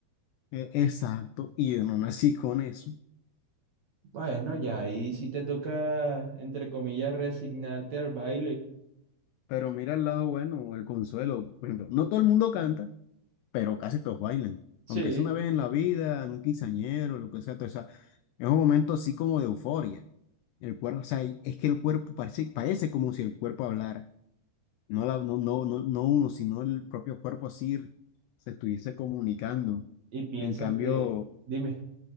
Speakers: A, on the left (about 85°); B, on the right (about 50°).
A: E- Exacto, y yo no nací con eso.
B: Bueno, ya ahí sí te toca, entre comillas, resignarte al baile.
A: Pero mira el lado bueno, el consuelo. Por ejemplo, no todo el mundo canta, pero casi todos bailan.
B: Sí,
A: Aunque sea una vez en la vida, en un quinceañero, lo que sea, todo esa- es un momento así como de euforia. El cuerpo, o sea, es que el cuerpo parece, parece como si el cuerpo hablara. No, la- no, no, no, no uno, sino el propio cuerpo así se estuviese comunicando.
B: Y piensa
A: En cambio,
B: que, dime,